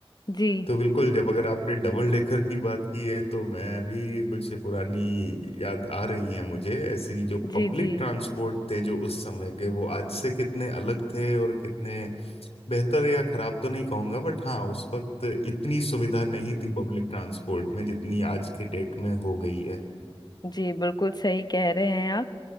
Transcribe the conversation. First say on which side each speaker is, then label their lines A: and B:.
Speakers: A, on the left; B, on the left.
A: जी
B: तो बिल्कुल जब अगर आपने डबल डेकर की बात की है तो मैं भी कुछ पुरानी याद आ रही है मुझे ऐसी जो पब्लिक
A: जी जी
B: ट्रांसपोर्ट थे जो उस समय के वो आज से कितने अलग थे और कितने बेहतर या खराब तो नहीं कहूंगा बट हाँ उस वक्त इतनी सुविधा नहीं थी पब्लिक ट्रांसपोर्ट में जितनी आज के डेट में हो गई है
A: जी बिल्कुल सही कह रहे हैं आप